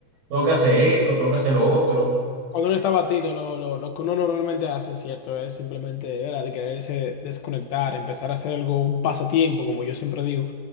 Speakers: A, on the right (about 60°); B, on the left (about 70°).
A: tengo que hacer esto, tengo que hacer lo otro.
B: Cuando uno está batido, lo, lo- lo que uno normalmente hace, cierto, es simplemente, ¿verdad? de quererse desconectar, empezar a hacer algo, un pasatiempo, como yo siempre digo.